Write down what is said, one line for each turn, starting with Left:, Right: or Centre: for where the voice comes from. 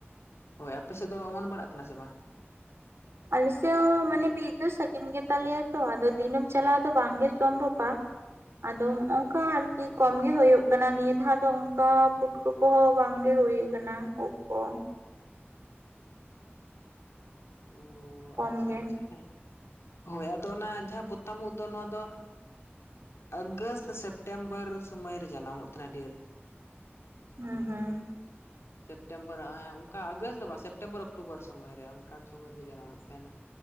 Left: ᱦᱳᱭ ᱟᱯᱮ ᱥᱮᱫ ᱫᱚ ᱚᱢᱚᱱ ᱵᱟᱲᱟᱜ ᱛᱟᱦᱮᱱᱟ ᱥᱮ ᱵᱟᱝ
Right: ᱟᱞᱮᱥᱮᱫ ᱦᱚᱸ ᱢᱟᱱᱮ ᱵᱤᱨ ᱫᱚ ᱥᱟᱺᱜᱤᱧ ᱜᱮ ᱛᱟᱞᱮᱭᱟ ᱛᱚ ᱟᱫᱚ ᱫᱤᱱᱟᱢ ᱪᱟᱞᱟᱣ ᱫᱚ ᱵᱟᱝ ᱜᱮ ᱥᱚᱢᱵᱷᱚᱵᱼᱟ᱾ ᱟᱫᱚ ᱚᱱᱠᱟ ᱟᱨᱠᱤ ᱠᱚᱢ ᱜᱤ ᱦᱳᱭ ᱠᱟᱱᱟ ᱱᱤᱭᱟᱹ ᱫᱷᱟᱣ ᱫᱚ ᱚᱱᱠᱟᱱ ᱯᱩᱴ ᱯᱩᱴᱠᱩ ᱠᱚᱦᱚᱸ ᱵᱟᱝᱜᱮ ᱦᱳᱭ ᱟᱠᱟᱱᱟ ᱩᱜ ᱠᱚ᱾
Left: ᱚ
Right: ᱠᱚᱢ
Left: ᱟᱪᱪᱷᱟ
Right: ᱜᱮ
Left: ᱟᱪᱪᱷᱟ ᱦᱮᱸ ᱦᱳᱭ ᱟᱫᱚ ᱚᱱᱟ ᱡᱟᱦᱟᱸ ᱵᱚᱛᱟᱢ ᱩᱫ ᱫᱚ ᱱᱚᱣᱟ ᱫᱚ᱾ ᱟᱜᱟᱥᱴ ᱥᱮᱯᱴᱮᱢᱵᱟᱨ ᱥᱚᱢᱚᱭ ᱨᱮ ᱡᱟᱱᱟᱢᱚᱜ ᱛᱟᱦᱮᱱᱟ ᱰᱷᱮᱨ᱾
Right: ᱦᱩᱸ ᱦᱩᱸ᱾
Left: ᱥᱮᱯᱴᱮᱢᱵᱚᱨ ᱟᱨ ᱦᱟᱸᱜ ᱚᱱᱠᱟ ᱟᱜᱚᱥᱴ ᱫᱚ ᱵᱟᱝ ᱥᱮᱯᱴᱮᱢᱵᱚᱨ ᱚᱠᱴᱳᱵᱚᱨ ᱥᱚᱢᱚᱭ ᱨᱮ ᱚᱱᱠᱟᱱ ᱥᱚᱢᱚᱭ ᱨᱮᱜᱮ ᱡᱟᱱᱟᱢᱚᱜ ᱛᱟᱦᱮᱱᱟ᱾